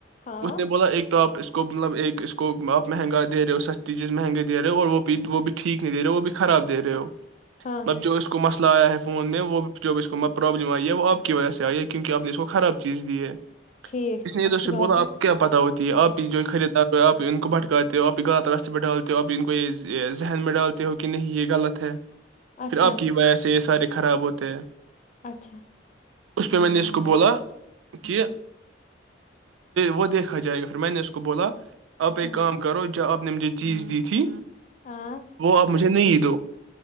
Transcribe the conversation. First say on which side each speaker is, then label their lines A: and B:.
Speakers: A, on the left (about 40°); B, on the right (about 85°).
A: ہاں
B: اس نے بولا ایک تو آپ اس اس کو مطلب ایک اس کو آپ مہنگا دے ہو سستی چیز مہنگی دے رہے ہو اور وہ بھی وہ بھی ٹھیک نہیں دے رہے ہو وہ بھی خراب د رہے ہو
A: ہاں
B: اب جو اس کو مسلہ لایا ہے فون میں وہ جب اس کو پرابلم آئی ہے وہ آپ کی وجہ سے آئی ہے کیونہ آپ نے اس کو خراب چیز دی ہے
A: ٹھیک
B: اس نے ادھر
A: اچھی
B: سے
A: بات
B: بولا
A: ہے
B: آپ کو کیا پتہ ہوتی ہے آپ ہی جو خریدار ھو اب تو ان کو بھٹکاتے ہو اب ان کو یہ ذہن میں ڈالتے ہو کہ نہیں یہ غلط ہے
A: اچھا
B: پھر آپ کی وجہ سے یہ سارے خراب ہوتے ہیں
A: اچھا
B: اس پہ میں نے اس کو بولا کہ وہ دیکھا جائے گا اور میں نے اس کو بولا آپ ایک
A: ہ
B: کام کرو جو آپ نے مجھے چیز دی تھی
A: ہاں
B: وہ اپ مجھے نہیںید